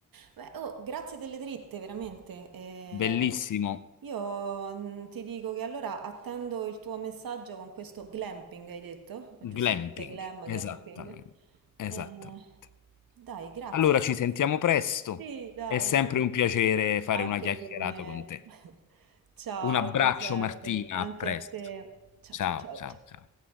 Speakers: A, on the right (about 80°); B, on the left (about 60°).
A: Beh, oh, grazie delle dritte, veramente. Eh,
B: Bellissimo
A: io mm, ti dico che allora attendo il tuo messaggio con questo glamping, hai detto? O giustamente
B: glamping,
A: glam
B: esattamente,
A: camping.
B: esattamente.
A: Eh, dai, grazie.
B: Allora ci sentiamo presto,
A: Sì, dai.
B: è sempre un piacere fare
A: Anche
B: una chiacchierata
A: per me.
B: con te.
A: <laughs> Ciao
B: Un abbraccio
A: Giuseppe,
B: Martina,
A: anche
B: a presto.
A: a te. Ciao
B: Ciao,
A: ciao ciao
B: ciao,
A: ciao.
B: ciao.